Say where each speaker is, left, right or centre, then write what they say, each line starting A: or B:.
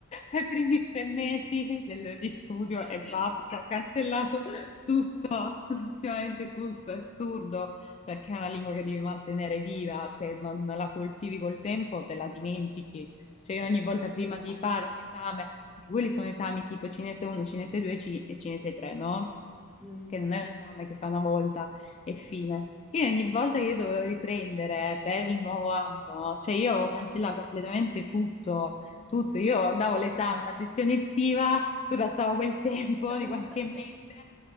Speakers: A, on the left (about 30°); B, in the centre.
A: ai primi tre mesi del- di studio
B: <laughs>
A: e basta, ho cancellato tutto, assolutamente tutto, è assurdo perché è una lingua che devi mantenere viva, se non la coltivi col tempo te la dimentichi cioè io ogni
B: No,
A: volta
B: sì.
A: prima di fare un esame, perché quelli sono esami tipo cinese 1, cinese 2 ci- e cinese 3, no?
B: Mm.
A: Che non è un esame che fa una volta e fine. Quindi ogni volta che io dovevo riprendere per il nuovo anno, cioè io cancellavo completamente tutto, tutto. Io davo l'esame alla sessione estiva, poi passava quel tempo
B: <laughs>
A: di qualche mese,